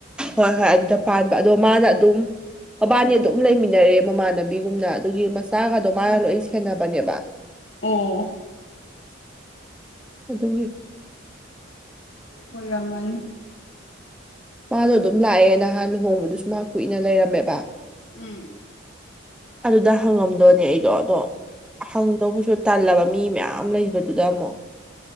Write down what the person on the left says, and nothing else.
ꯑꯣ꯫
ꯑꯣꯏꯔꯝꯃꯅꯤ꯫
ꯎꯝ꯫